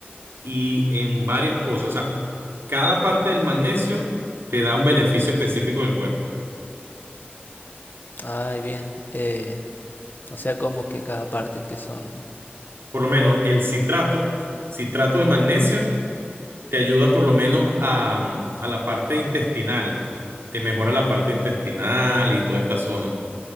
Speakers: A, on the right; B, on the left.
A: y en varias cosas. O sea, cada parte del magnesio te da un beneficio específico en el cuerpo.
B: Ay, bien. Eh, o sea, como que cada parte que son...
A: Por lo menos el citrato, citrato de magnesio, te ayuda por lo menos a, a la parte intestinal. Te mejora la parte intestinal y toda esta zona.